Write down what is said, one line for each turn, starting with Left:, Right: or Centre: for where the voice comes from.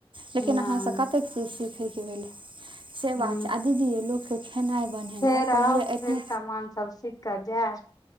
Right: लेकिन
Left: नहि
Right: अहाँसँ कतेक चीज सीखय के भेलै से बात
Left: हूँ
Right: छै, आ दीदी य लोकके खेनाइ बनेनाइ
Left: फेर आउ
Right: पहिले एतने
Left: फेर सामान सब सीख कऽ जाय